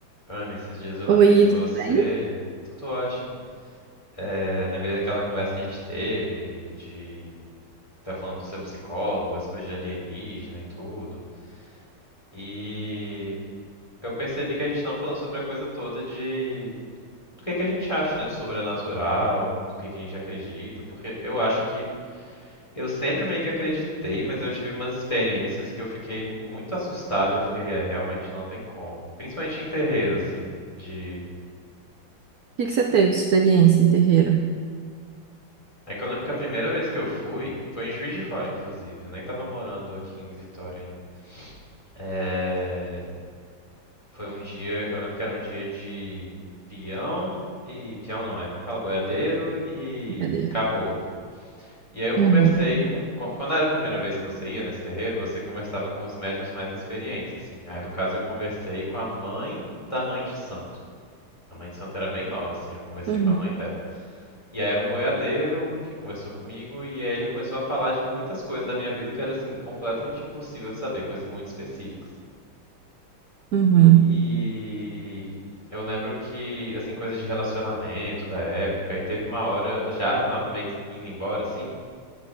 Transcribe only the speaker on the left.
Ana, esses dias eu lembrei
de você.
Tudo ótimo. É, lembrei daquela conversa que a gente teve, de tá falando do seu psicólogo, as coisas de alienígena e tudo. E eu percebi que a gente não falou sobre a coisa toda de do que que a gente acha, né, do sobrenatural, do que que a gente acredita, porque eu acho que eu sempre meio que acreditei, mas eu tive umas experiências que eu fiquei muito assustado, e eu fiquei, é, realmente não tem como. Principalmente em terreiro, assim, de
É que eu lembro que a primeira vez que eu fui, foi em Juiz de Fora, inclusive. Eu nem tava morando aqui em Vitória ainda. É... Foi um dia, eu lembro que era um dia de peão e... Peão não, é como é que fala? Boiadeiro e
caboclo. E aí eu conversei
com... co- Quando era a primeira vez que você ia nesse terreiro, você conversava com os médiuns mais experientes, assim. Aí no caso eu conversei com a mãe da mãe de santo. A mãe de santo era bem nova, assim, eu conversei
com a mãe dela. E aí era um boiadeiro que conversou comigo e aí ele começou a falar de muitas coisas da minha vida que era assim, completamente impossível de saber, coisas muito específicas.
E eu lembro que, assim, coisa de relacionamento da época, e teve uma hora, já na- meio que indo embora, assim,